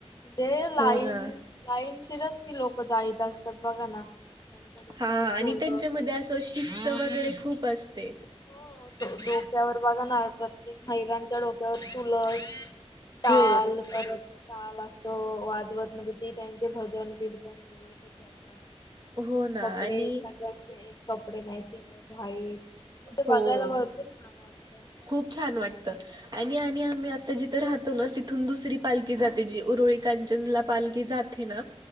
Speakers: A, on the left; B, on the right.
A: दे लाईन
B: हो ना.
A: लाईन शिरत की लोक जाईत असतात बघा ना त्यांच्या डोक्यावर
B: हा आणि
A: तोलतच
B: त्यांच्यामध्ये असं शिस्त वगैरे खूप असते
A: हो डोक्यावर बघाणार प्रत्येक महिलांच्या डोक्यावर तुळस ाल
B: हो
A: परत चाल अस त वाजवत म्हणजे ती त्यांचे भजन कीर्तन बोलतच जातात
B: हो ना
A: कपडे
B: आणि
A: सगळ्याचे एक कपडे मॅचिंगच व्हाईत. ते
B: हो
A: बघायला भरपूर छान वाटतं.
B: खूप छान वाटतं. आणि आणि आम्ही आता जिथं राहतो ना तिथून दुसरी पालखी जाते जी उरळी कांचनला पालखी जात थे ना